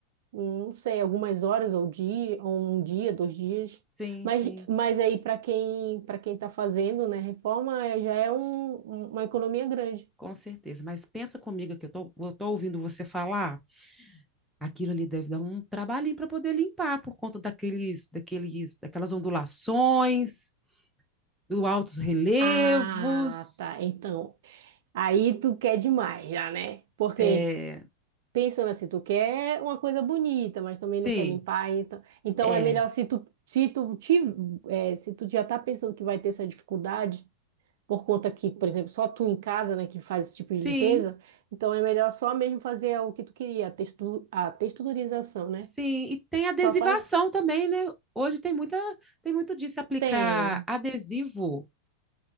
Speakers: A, on the right; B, in the centre.
A: hum, não sei, algumas horas ou dia, ou um dia, dois dias.
B: Sim,
A: Mas,
B: sim,
A: mas aí para quem para quem está fazendo, né, reforma é- já é um- um- uma economia grande.
B: com certeza. Mas pensa comigo que eu tô, eu tô ouvindo você falar. Aquilo ali deve dar um trabalhinho para poder limpar por conta daqueles, daqueles, daquelas ondulações, dos altos relevos.
A: Ah, tá. Então, aí tu quer demais já, né? Por quê?
B: É,
A: pensando assim, tu quer uma coisa bonita, mas também
B: sim,
A: não quer limpar, então, então
B: é,
A: é melhor se tu, se tu, te, eh, se tu já tá pensando que vai ter essa dificuldade, por conta que, por exemplo, só tu em casa, né, que faz esse tipo
B: sim,
A: de limpeza, então é melhor só mesmo fazer o que tu queria, a, textu, a texturização, né?
B: sim. E tem adesivação
A: Só faz...
B: também, né? Hoje tem muita, tem muito disso. Aplicar
A: Tem,
B: adesivo